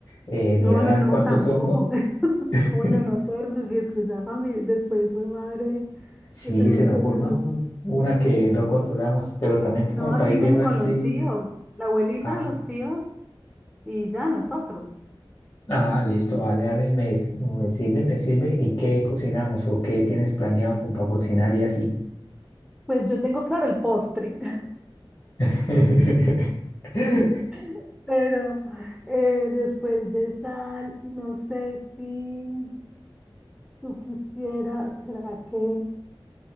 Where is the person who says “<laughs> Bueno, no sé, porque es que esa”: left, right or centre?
Centre